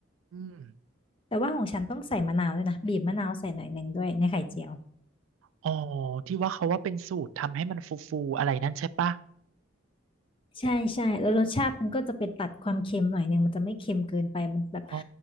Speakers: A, on the right (about 85°); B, on the left (about 25°).
A: ม
B: แต่ว่าของฉันต้องใส่มะนาวด้วยนะบีบมะนาวใส่หน่อยหนึ่งด้วยในไข่เจียว
A: อ๋อที่ว่าเขาว่าเป็นสูตรทำให้มันฟูๆอะไรนั่นใช่ปะ
B: ใช่ใช่แล้วรสชาติมันก็จะไปตัดความเค็มหน่อยหนึ่งมันจะไม่เค็มเกินไปมันแบบ
A: อ๋อ